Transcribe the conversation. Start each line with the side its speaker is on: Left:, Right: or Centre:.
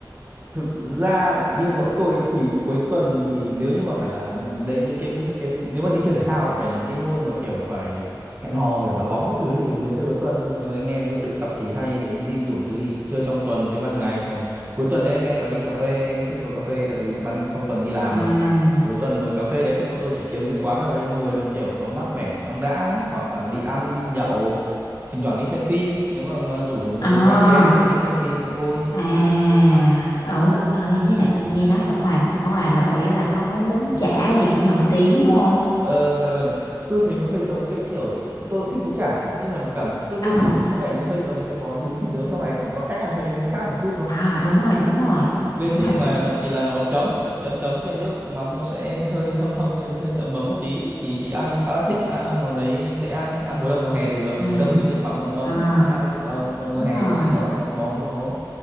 Right: thực ra như bọn tôi thì cuối tuần thì nếu như mà phải là đấy như cái cái nếu mà đi chơi thể thao ấy, phải là những cái môn mà kiểu phải hẹn hò kiểu đá bóng các thứ thì mới chơi cuối tuần thôi còn thường anh em nếu mà tự tập thì hay đến gym dùng thứ thì chơi trong tuần với ban ngày còn cuối tuần đấy anh em toàn đi cà phê anh em thích ngồi cà phê tại vì ban trong tuần đi làm
Left: à
Right: mà cuối tuần ngồi cà phê đấy thì bọn tôi chỉ kiếm mấy quán nào đấy ngồi nó kiểu nó mát mẻ thoáng đãng hoặc là đi ăn đi nhậu thỉnh thoảng đi xem phim nếu mà mà rủ được một
Left: à
Right: một vài chị em nữa thì đi xem phim cũng vui
Left: À, ở ơi với lại tôi nghe nói ở ngoài ở Hà Nội á, là có món bún chả gì cũng nổi tiếng đúng không?
Right: Ờ, mà, mà nó- tôi thấy nó hơi giống cái kiểu tôi cũng thích bún chả nhưng mà cảm tôi tôi
Left: Ồ,
Right: thử thì có vẻ như hơi giống cái món bún thịt nướng trong này chẳng qua cách ăn hơi hơi khác một chút thôi
Left: à đúng rồi, đúng rồi.
Right: bên
Left: Đúng
Right: bên
Left: rồi.
Right: ngoài Hà Nội thì là nó chấm chấm chấm xoay nước mắm nó sẽ hơi hâm hâm lên hơi ấm ấm một tí thì thì ăn khá là thích ăn ăn món đấy dễ ăn ăn mùa đông mùa hè đều được
Left: Ừ.
Right: mùa đông thì nước mắm nó ấm ấm
Left: À,
Right: ấy thì ăn cũng ấm còn mùa
Left: đúng
Right: hè
Left: rồi.
Right: thì nó là một món nó